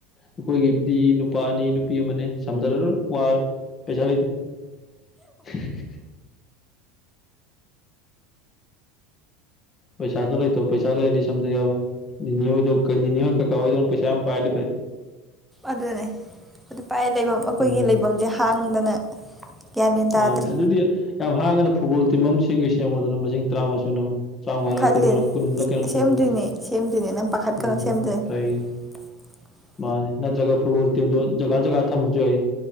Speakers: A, on the left; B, in the centre.
A: ꯑꯩꯈꯣꯏꯒꯤꯕꯨꯗꯤ ꯅꯨꯄꯥ ꯑꯅꯤ ꯅꯨꯄꯤ ꯑꯃꯅꯦ ꯁꯝꯗꯔꯔꯣꯏ ꯋꯥꯔꯦ ꯄꯩꯁꯥ ꯂꯩꯇꯦ ꯍꯤꯍꯤꯍꯤ ꯄꯩꯁꯥꯗꯣ ꯂꯩꯇꯕ ꯄꯩꯁꯥ ꯂꯩꯔꯗꯤ ꯁꯝꯗ ꯌꯥꯕ ꯅꯤꯅꯦ ꯍꯣꯏꯗꯧ ꯅꯤꯅꯦ ꯍꯣꯏ ꯀꯀꯥ ꯍꯣꯏꯗꯧꯅ ꯄꯩꯁꯥ ꯌꯥꯝ ꯄꯥꯏꯔꯗꯤ ꯐꯩ
B: ꯑꯗꯨꯅꯦ ꯑꯗꯨ ꯄꯥꯏ ꯂꯩꯕꯝ ꯑꯈꯣꯏꯒꯤ
A: ꯎꯝ
B: ꯂꯩꯕꯝꯖꯦ ꯍꯥꯡꯗꯅ ꯒ꯭ꯌꯥꯟ ꯃꯦꯟ ꯇꯥꯗ꯭ꯔꯦ
A: ꯃꯥꯅꯦ ꯑꯗꯨꯗꯤ ꯌꯥꯝ ꯍꯥꯡꯉꯥꯒꯅ ꯐꯨꯠꯕꯣꯜ ꯇꯤꯝ ꯑꯃ ꯁꯦꯝꯒꯦ ꯁꯦꯝꯃꯣꯗꯅ ꯃꯁꯤꯡ ꯇꯔꯥꯃꯉꯥ ꯁꯨꯅꯕ ꯇ꯭ꯔꯥꯎꯉꯥꯔꯥ
B: ꯈꯜꯂꯤꯅꯦ
A: ꯀꯨꯟꯂꯥ ꯀꯨꯟꯂꯥ ꯀꯌꯥꯅꯣꯝ
B: ꯁꯦꯝꯗꯣꯏꯅꯦ
A: ꯁꯨꯅꯕ
B: ꯁꯦꯝꯗꯣꯏꯅꯦ ꯅꯪ ꯄꯥꯈꯠꯀꯅꯣ
A: ꯎꯝ
B: ꯁꯦꯝꯗꯣꯏꯅꯦ
A: ꯐꯩ
B: <inaudible>
A: ꯃꯥꯅꯦ ꯅꯠꯇ꯭ꯔꯒ ꯐꯨꯠꯕꯣꯜ ꯇꯤꯝꯗꯣ ꯖꯒꯥ ꯖꯒꯥ ꯊꯝꯃꯖꯨ ꯌꯥꯏꯌꯦ